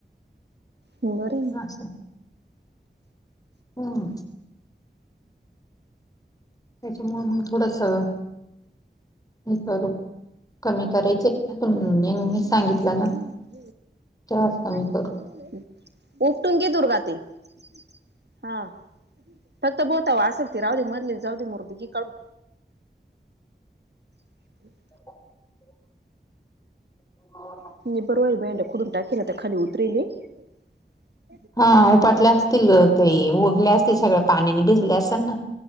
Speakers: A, on the right; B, on the left.
A: बरेन
B: असं हम्म. त्याच्यामुळे मंग थोडसा हे करू कमी करायचे. <unintelligible>
A: <unintelligible>
B: ना तेव्हाच कमी
A: माहिती
B: करू
A: किती झालंय? उपटून घे दुर्वा ते हा. फक्त बोता असल ती राह मधली, जाऊ दे म मरू घे काढून. <inaudible>
B: <inaudible> <inaudible>
A: <unintelligible>
B: हा उपाटल्या असतील गं ते, उगल्या असतील सगळ्या पाण्याने भिजल्या असल ना.